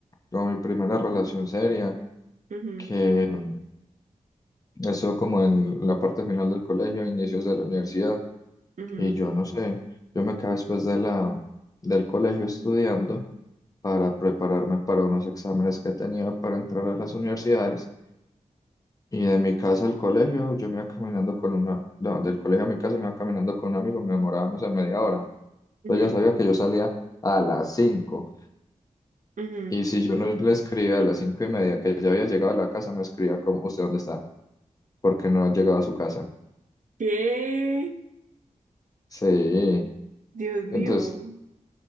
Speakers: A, on the left (about 25°); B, on the right (about 75°).
A: como mi primera relación seria,
B: Ujú,
A: que mm, eso como en la parte final del colegio, inicios de la universidad.
B: ujú,
A: Y yo no sé, yo me quedé después de la, del colegio estudiando para prepararme para unos exámenes que tenía para entrar a las universidades. Y de mi casa al colegio, yo me iba caminando con una, no, del colegio a mi casa me iba caminando con un amigo, me demoraba, no sé, media hora.
B: ujú,
A: Entonces ya sabía que yo salía a las cinco
B: ujú.
A: Y si yo no le escribía a las cinco y media que ya había llegado a la casa, me escribía como, ¿usted dónde está? Porque no llegaba a su casa.
B: ¿Qué?
A: Sí.
B: Dios
A: Entonces,
B: mío.